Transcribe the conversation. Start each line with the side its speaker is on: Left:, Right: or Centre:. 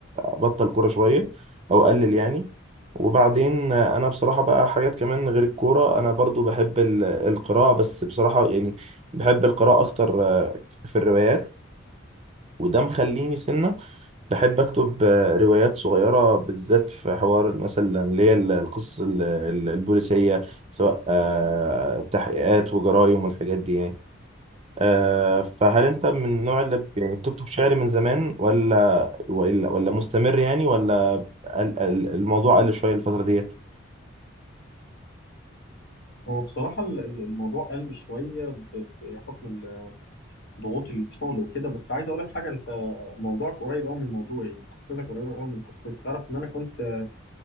Right: بطل كورة شوية أو قلل يعني وبعدين آه، أنا بصراحة بقى حاجات كمان غير الكورة أنا برضو بحب ال- القراءة بس بصراحة يعني بحب القراءة أكتر آه، في الروايات وده مخليني سنة بحب أكتب آه، روايات صغيرة بالذات في حوار مثلا اللي هي ال- القصص ال- ال- البوليسية سواء آه، تحقيقات وجرايم والحاجات دي يعني آه، فهل أنت من النوع اللي ب- يعني بتكتب شعر من زمان ولا ولا ولا مستمر يعني ولا ال- ال- الموضوع قل شوية الفترة ديت؟
Left: هو بصراحة ال- ال- الموضوع قل شوية ب- بحكم ال- ضغوط الشغل وكده بس عايز أقول لك حاجة أنت موضوعك قريب أوي من موضوعي يعني قصتك قريبة أوي من قصتي تعرف إن أنا كنت